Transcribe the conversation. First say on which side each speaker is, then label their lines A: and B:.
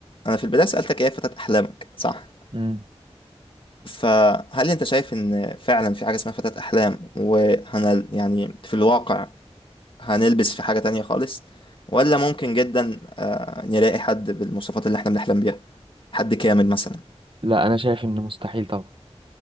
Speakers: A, on the left; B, on the right.
A: انا في البدايه سالتك ايه فتاة احلامك صح
B: امم
A: فهل انت شايف ان فعلا في حاجه اسمها فتاة احلام وهنل يعني في الواقع هنلبس في حاجه تانية خالص ولا ممكن جدا آه، نلاقي حد بالمواصفات اللي احنا بنحلم بيها حد كامل مثلا
B: لا انا شايف انه مستحيل طبعا